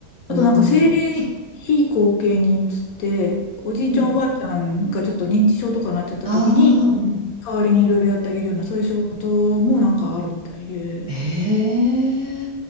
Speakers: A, on the left; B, on the right.
A: あとなんか生年非後見人つって、
B: なるほど。
A: おじいちゃんおばあちゃんがちょっと認知症とかなっちゃった時に、
B: うん。ああ、うん。
A: 代わりにいろいろやってあげるような、そういう仕事もなんかあるみたいで。
B: へえ。